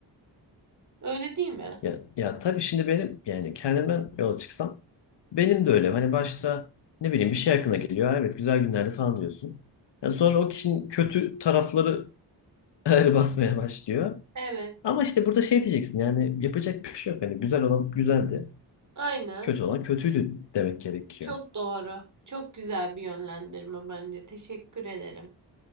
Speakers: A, on the right; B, on the left.
A: Öyle değil mi?
B: Ya, ya tabii şimdi benim yani kendimden yola çıksam benim de öyle. Hani başta ne bileyim bir şey aklına geliyor. "Aa, Evet güzel günlerde falan diyorsun. Ya sonra o kişinin kötü tarafları <laughs> ağır basmaya başlıyor.
A: Evet.
B: Ama işte burada şey diyeceksin yani yapacak bir şey yok. Hani güzel olan güzeldi.
A: Aynen.
B: Kötü olan kötüydü demek gerekiyor.
A: Çok doğru. Çok güzel bir yönlendirme bence. Teşekkür ederim.